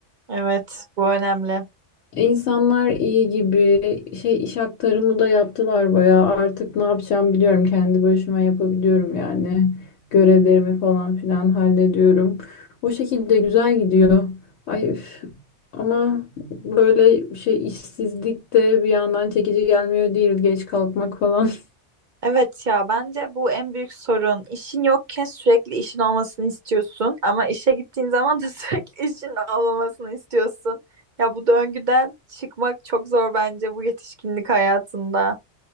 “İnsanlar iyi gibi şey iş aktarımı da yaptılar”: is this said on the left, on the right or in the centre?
Left